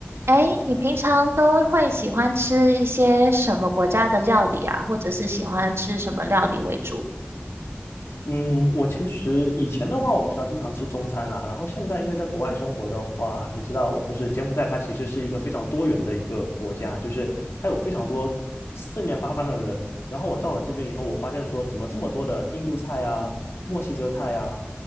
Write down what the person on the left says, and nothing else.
嗯，我其实以前的话，我比较经常吃中餐啦。然后现在因为在国外生活的话，你知道，就是柬埔寨它其实是一个非常多元的一个国家，就是它有非常多四面八方的人。然后我到了这边以后，我发现说，
怎么这么多的印度菜啊、墨西哥菜啊、